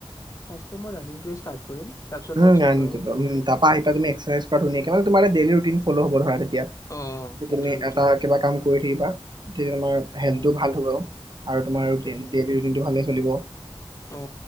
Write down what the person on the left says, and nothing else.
ফাৰ্ষ্টটো মই ৰানিংটো ষ্টাট কৰিম। তাৰপিছত মই
জিম
কৰিম
অ সেইটোৱে
সেইটোৱে
অ
সেইটোৱে
অ